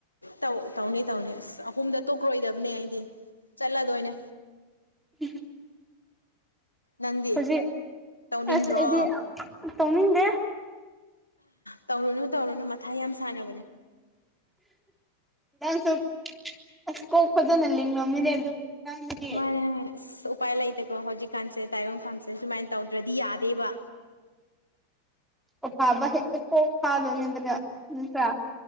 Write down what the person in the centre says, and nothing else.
<inaudible>
ꯍꯧꯖꯤꯛ
ꯑꯁ ꯑꯩꯗꯤ ꯇꯧꯅꯤꯡꯗꯦ
ꯅ ꯅꯪꯁꯨ ꯑꯁ ꯀꯣꯛ ꯐꯖꯅ ꯂꯤꯡꯉꯝꯃꯤꯅꯦ ꯑꯗꯨ ꯃꯇꯥꯡꯗꯗꯤ
ꯑꯣꯐꯥꯕ ꯍꯦꯛꯇ ꯀꯣꯛ ꯐꯥꯗꯣꯏꯅꯦꯕꯅ ꯅꯠꯇ꯭ꯔꯥ